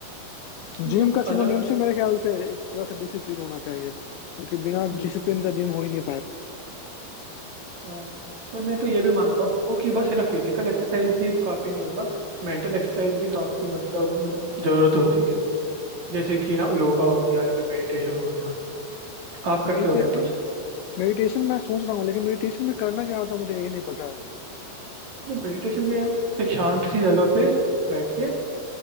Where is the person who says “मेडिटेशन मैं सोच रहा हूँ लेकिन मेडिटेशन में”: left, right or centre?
Left